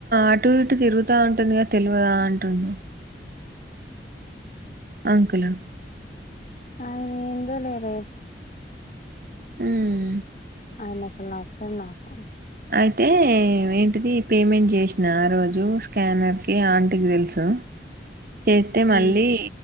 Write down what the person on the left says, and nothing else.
అయన ఏందోలే వే
అయన అసలు నచ్చదు నాకు
హ్మ్